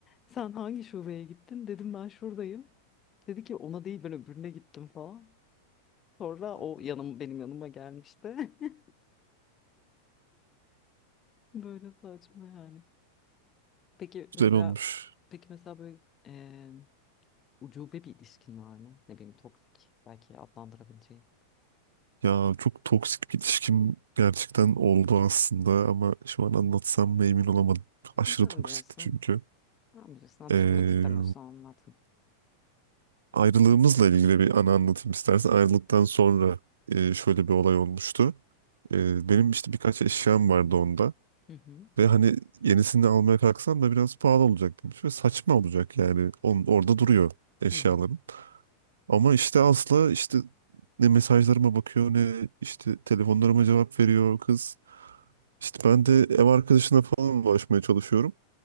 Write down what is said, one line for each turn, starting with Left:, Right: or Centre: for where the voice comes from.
Left: sen hangi şubeye gittin? Dedim ben şuradayım. Dedi ki ona değil ben öbürüne gittim falan. Sonra o yanım benim yanıma gelmişti. <laughs> Böyle saçma yani. Peki mesela
Right: Güzel olmuş.
Left: peki mesela böyle eee ucube bir ilişkin var mı? Ne bileyim toksik belki adlandırabileceğin.
Right: Ya çok toksik bir ilişkim gerçekten oldu aslında ama şu an anlatsam mı emin olamadım. Aşırı
Left: Sen
Right: toksikti
Left: bilirsin.
Right: çünkü.
Left: Sen bilirsin hatırlamak
Right: Ee,
Left: istemiyorsan anlatma.
Right: ayrılığımızla ilgili bir anı anlatayım istersen. Ayrılıktan sonra e, şöyle bir olay olmuştu. Ee, benim işte birkaç eşyam vardı onda.
Left: Hı hı.
Right: Ve hani yenisini almaya kalksam da biraz pahalı olacak demiş ve saçma olacak yani. On, orada duruyor eşyalarım.
Left: Hı hı.
Right: Ama işte asla işte ne mesajlarıma bakıyor ne işte telefonlarıma cevap veriyor kız. İşte ben de ev arkadaşına falan ulaşmaya çalışıyorum.